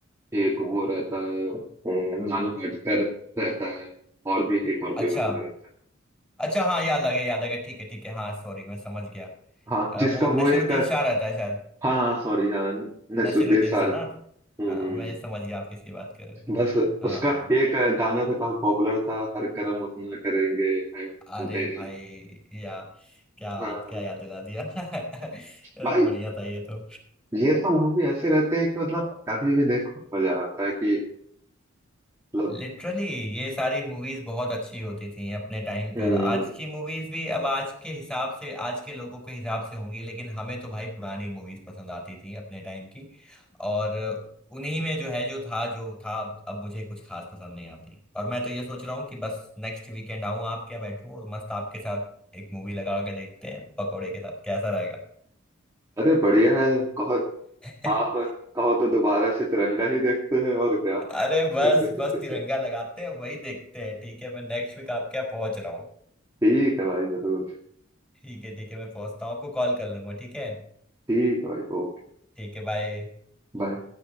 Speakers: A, on the right; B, in the centre.
A: एक वो रहता है अम, नाना पाटेकर रहता है और भी एक और
B: अच्छा
A: कोई बंदा रहता है
B: अच्छा हाँ याद आ गया याद आ गया ठीक है ठीक है हाँ सॉरी मैं समझ गया
A: हाँ
B: अ,
A: जिसका
B: वो नसीरुद्दीन
A: वो एक
B: शाह रहता है शायद
A: हाँ हाँ सॉरी हाँ नसरुद्दीन
B: नसीरुद्दीन
A: सर
B: शाह ना
A: हम्म
B: हाँ मैं समझ गया आप किसकी बात कर रहे हो
A: बस
B: हाँ
A: उसका
B: हाँ
A: एक गाना था काफी पॉपुलर था हर कर्म अपना करेंगे आए वतन
B: अरे
A: तेरे
B: भाई
A: लिए
B: या क्या
A: हाँ
B: बात
A: हाँ।
B: क्या याद दिला दिया <laughs> बढ़िया
A: भाई
B: था ये तो
A: ये सब मूवी ऐसे रहते हैं कि मतलब कभी भी देखो मजा आता है कि मतलब
B: लिटरली ये सारी मूवीज बहुत अच्छी होती थी अपने टाइम
A: हम्म
B: पर आज की मूवीज भी अब आज के हिसाब से आज के लोगों के हिसाब से होंगी लेकिन हमें तो भाई पुरानी मूवीज पसंद आती थी अपने टाइम की और उन्हीं में जो है जो था जो था अब अब मुझे कुछ खास पसंद नहीं आती और मैं तो ये सोच रहा हूँ कि बस नेक्स्ट वीकेंड आऊँ आप क्या बैठूँ और मस्त आपके साथ एक मूवी लगा के देखते हैं पकौड़े के साथ कैसा रहेगा
A: अरे बढ़िया है कहो
B: <laughs>
A: आप कहो तो दोबारा से तिरंगा ही देखते हैं और क्या
B: अरे बस
A: <laughs>
B: बस तिरंगा लगाते हैं वही देखते हैं ठीक है मैं नेक्स्ट वीक आपके यहाँ पहुंच रहा हूँ
A: ठीक है भाई जरूर
B: ठीक है ठीक है मैं पहुंचता हूँ आपको कॉल कर लूंगा ठीक है
A: ठीक है भाई ओके
B: ठीक है बाय
A: बाय